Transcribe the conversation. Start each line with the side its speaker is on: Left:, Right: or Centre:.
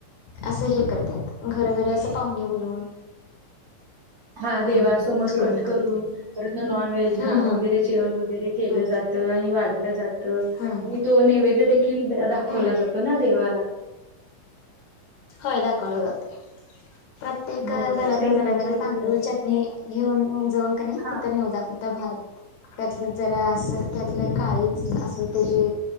Left: असं हे करत्यात घरोघरी असं पाहुणे बोलवून
Right: हा
Left: हम्म
Right: देवासमोर
Left: जेवण
Right: कट करून
Left: करतात
Right: परंत नॉनव्हेज
Left: हम्म
Right: हा
Left: हम्म
Right: वगैरे जेवण वगैरे केलं
Left: हम्म
Right: जातं आणि वा जातं
Left: हम्म
Right: आणि तो नैवेद्य देखील दाखवला
Left: हम्म
Right: जातो ना देवाला.
Left: होय दाखवला जाततोय, प्रत्येक
Right: हो,
Left: घरातनं
Right: तर सेम
Left: जरा
Right: आमच्या
Left: जरा
Right: इकडे
Left: तांदूळ
Right: पण
Left: चट णी घेऊन जाऊन कनी
Right: हां,
Left: तिथ निवदापुरता भात त्यात जरा असं, त्यातलं काळीज असं ते जे